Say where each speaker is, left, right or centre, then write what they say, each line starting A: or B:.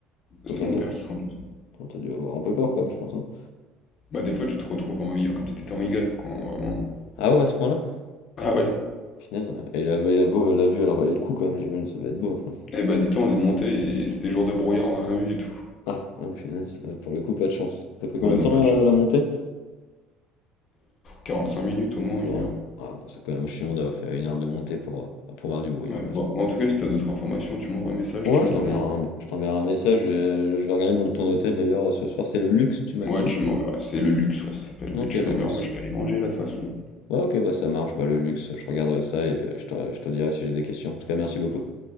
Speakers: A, on the left; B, on the left.
A: C'était
B: quelqu'un
A: mon
B: de
A: père
B: ta famille
A: qui conduisait.
B: Attends, T'as dû avoir un peu peur quand même, je pense. hein.
A: Bah des fois tu te retrouves en Y, comme si t'étais en Y quoi, hein, vraiment.
B: Ah ouais, à ce point-là?
A: Ah ouais.
B: Punaise. ouais. Et la, la, la vue, elle en valait le coup quand même, j'imagine, ça devait être beau après.
A: Eh bah dis-toi, on est monté et c'était jour de brouillard, on a rien vu du tout.
B: Ah, ah, punaise, euh, pour le coup, pas de chance. Ça a pris combien
A: Ouais,
B: de
A: non,
B: temps
A: pas de chance.
B: euh, la montée?
A: Quarante cinq minutes au moins,
B: Bon,
A: une heure.
B: ah, bon, c'est quand même chiant d'avoir fait une heure de montée pour, euh, pour voir du bruit.
A: Ouais,
B: hein. Je-
A: bon, en tout cas, si t'as d'autres informations, tu m'envoies un message,
B: Ouais,
A: tu me
B: je t'enverrai
A: demandes.
B: un, je t'enverrai un message. euh, je vais regarder le nom de ton hôtel d'ailleurs euh, ce soir. C'est le luxe, tu m'as
A: Ouais,
B: dit?
A: tu m'enverras, c'est le luxe, ouais, ça s'appelle,
B: Ok,
A: mais tu m'enverras,
B: le luxe.
A: moi je vais aller manger là de toute façon.
B: Ouais, ok, bah ça marche. Bah, le luxe, je regarderai ça et euh, je te, je te dirai si j'ai des questions. En tout cas, merci beaucoup.